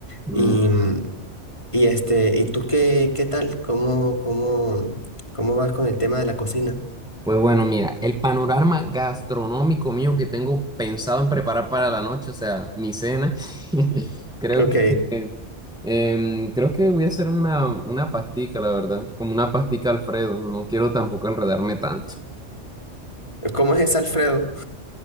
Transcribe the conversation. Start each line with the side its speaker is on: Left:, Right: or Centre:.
Centre: Mm,
Left: Y, y este, ¿y tú qué, qué tal? ¿Cómo, cómo, cómo vas con el tema de la cocina?
Centre: Pues bueno, mira, el panorama gastronómico mío que tengo pensado en preparar para la noche, o sea, mi cena, <laughs> creo
Left: Ok,
Centre: que eh, em, creo que voy a hacer una, una pastica, la verdad, como una pastica Alfredo, no quiero tampoco enredarme tanto.
Left: ¿cómo es ese Alfredo?